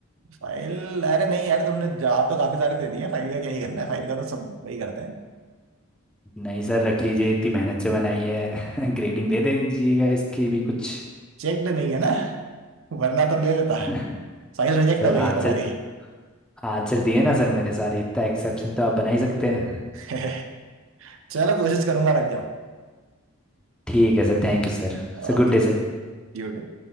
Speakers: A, on the right (about 65°); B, in the centre.
A: फाइल अरे नहीं यार तुमने जवाब तो काफी सारे दे दिए फाइल का क्या ही करना है फाइल का तो सब वही करते हैं
B: नहीं सर रख लीजिए इतनी मेहनत से बनाई है <laughs> ग्रेडिंग दे दीजिएगा इसकी भी कुछ
A: चेक्ड नहीं है ना वरना तो ले लेता
B: <laughs>
A: फाइल रिजेक्ट
B: सर
A: हो गई है
B: आंसर
A: तुम्हारी
B: आंसर दिए ना सर मैंने सारे इतना एक्सेप्शन तो आप बना ही सकते हैं
A: <laughs> चलो कोशिश करूंगा रख
B: ठीक है sir thank you sir
A: जाओ
B: Sir
A: ओके
B: good day sir
A: You to.